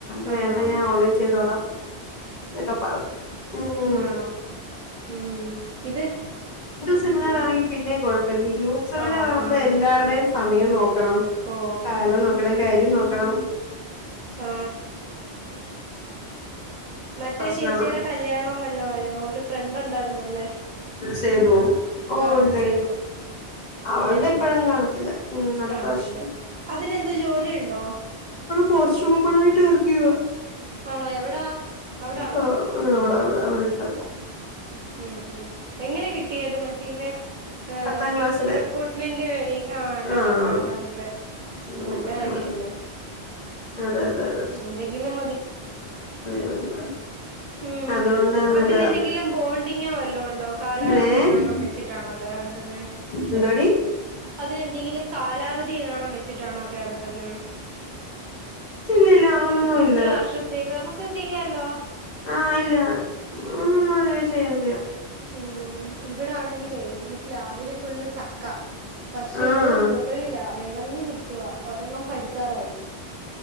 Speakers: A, on the left; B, on the right.
A: <unintelligible>
B: ആണോ
A: വേണ്ട ഞാൻ ഓൺലൈൻ ചെയ്തോളാം <unintelligible> ഉം
B: ആണോ ഉം ഇത്
A: സെമിനാർണെകീ പിന്നെയും കുഴം വല്ല്യ ഗ്രൂപ് <unintelligible>
B: ആഹ്
A: കുമ്പോ
B: ആഹ് ആഹ്
A: എല്ലാവരുടെയും സമയം നോക്കണം
B: ഓ
A: കാലം നോക്ക <unintelligible> കാര്യം നോക്കണം
B: ആ മറ്റേ
A: പ്രശ്നമാ
B: ചേച്ചിയുടെ കല്യാണം വല്ലോം ആയോ ഒരു ഫ്രണ്ട് ഉണ്ടായിരുന്നല്ലേ
A: സേതു ഓ
B: ആ
A: ഇല്ലടി
B: സേതു
A: അവളുടെ
B: ഇല്ലല്ലേ
A: ഇപ്പഴും കാണത്തില്ല ഉം അടുത്ത
B: കാണത്തില്ല
A: വർഷം
B: അതിനെന്ത് ജോലി ഉണ്ടോ?
A: പോസ്സ്റ്റ് കൂപ്പണായിട്ട് വർക്കിയുവ
B: ആണോ എവിടാ അവിടാണോ
A: ആ അവടെ <unintelligible> ആ അവിടെ ഒരു സ്ഥലത്താ
B: മ് മ് എങ്ങനെ കിട്ടിയത് മറ്റെയില്ലെ ഏ
A: പത്താം ക്ലാസ്സില്
B: റിക്രൂട്ട്മെന്റ് വഴി ആ അല്ല
A: ആഹ്
B: പത്താം ക്ലാസ്സില്
A: ഉം
B: നല്ല
A: പത്താം
B: കാര്യല്ലേ
A: ക്ലാസ് അതെ അതെ മതി
B: എന്തെങ്കിലും
A: മതി
B: മ്
A: അതുകൊണ്ട്
B: അതിന്
A: നല്ലതാ
B: എന്തെങ്കിലും ബോണ്ടിങ്ങോ വല്ലോ ഉണ്ടോ കാലാവധിയെങ്ങാനും
A: ഏഹ്
B: വെച്ചിട്ടാണോ കേറു ന്നേ
A: എന്തോടി
B: അതിനെന്തെങ്കിലും കാലാവധിയേങ്ങാണും വെച്ചിട്ടാണോ കേറേണ്ടുന്നേ?
A: ഇല്ല ഇല്ല അങ്ങനൊന്നും
B: ഇത്ര
A: ഇല്ല
B: വർഷത്തേക്ക് നമുക്ക് ചെയ്യാലോ
A: ആ ഇല്ല മ് അതിവേ ചെയ്യാം ചെയ്യാം
B: മ്മ് മ് ഇവിടാണെങ്കിലേ ഈ പ്ലാവില് ഫുള്ള് ചക്ക പക്ഷെ
A: ആഹ്
B: അത് മുകളിലാ വെളഞ്ഞു നിക്കുവ ഒരെണ്ണം പഴുക്കാറായി